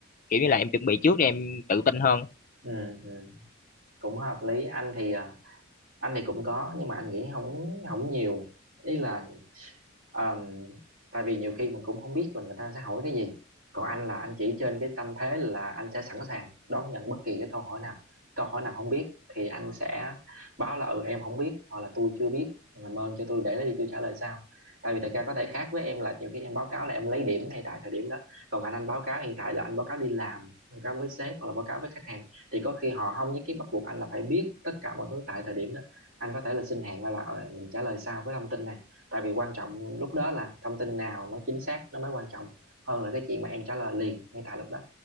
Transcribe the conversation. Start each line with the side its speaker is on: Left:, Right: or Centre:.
Left: kiểu như là em chuẩn bị trước để em tự tin hơn.
Right: ừ ừ. cũng hợp lý anh thì à, anh thì cũng có nhưng mà anh nghĩ không không nhiều ý là Ờm, tại vì nhiều khi mình cũng không biết là người ta sẽ hỏi cái gì còn anh là anh chỉ trên cái tâm thế là anh sẽ sẵn sàng đón nhận bất kỳ cái câu hỏi nào câu hỏi nào không biết thì anh sẽ báo là ừ em không biết hoặc là tôi chưa biết làm ơn cho tôi để đó đi tôi trả lời sau tại vì thật ra có thể khác với em là nhiều khi em báo cáo là em lấy điểm ngay tại thời điểm đó còn anh anh báo cáo hiện tại là anh báo cáo đi làm báo cáo với sếp hoặc là báo cáo với khách hàng thì có khi họ không nhất thiết bắt buộc anh là phải biết tất cả mọi thứ tại thời điểm đó anh có thể là xin hẹn ra là ờ, mình trả lời sau cái thông tin này tại vì quan trọng lúc đó là thông tin nào nó chính xác nó mới quan trọng hơn là cái chuyện mà em trả lời liền ngay tại lúc đó